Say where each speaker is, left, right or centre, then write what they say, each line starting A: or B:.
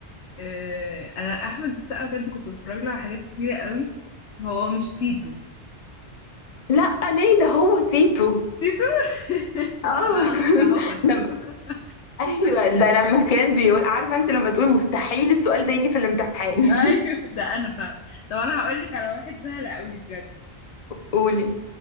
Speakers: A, on the left (about 85°); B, on the left (about 40°).
A: آه، انا احمد السقا بجد كنت بتفرج له على حاجات كتيره قوي هو مش تيتو
B: لا ليه ده هو تيتو
A: تيتو <laughs>
B: اه <laughs>
A: لا اصل ده هو
B: لما
A: تيتو <laughs>
B: ايوه ده لما كان بيقول عارفه انت لما تقولي مستحيل السؤال ده يجي في الامتحان
A: ايوه ده انا فعلا طب انا هقول لك على واحد سهل قوي بجد
B: قولي